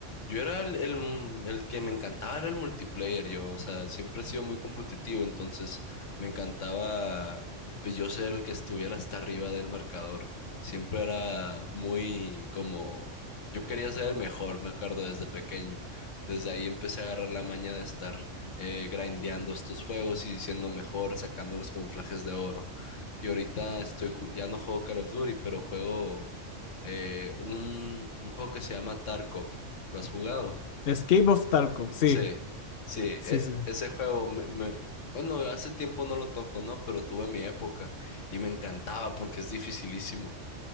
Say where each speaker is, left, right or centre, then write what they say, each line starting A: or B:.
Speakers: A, on the left; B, on the left.
A: Yo era el, el, mm, el que me encantaba, era el multiplayer, yo, o sea, siempre he sido muy competitivo, entonces me encantaba, pues yo ser el que estuviera hasta arriba del marcador, siempre era muy como, yo quería ser el mejor, me acuerdo, desde pequeño, desde ahí empecé a agarrar la maña de estar eh, grindeando estos juegos y siendo mejor, sacando los camuflajes de oro, y ahorita estoy, ju- ya no juego Call of Duty, pero juego eh, un, un juego que se llama Tarkov. ¿Lo has jugado?
B: Escape of Tarkov, sí,
A: Sí, sí,
B: sí,
A: e-
B: sí.
A: ese juego me, me- bueno, hace tiempo no lo toco, ¿no? Pero tuve mi época y me encantaba porque es dificilísimo.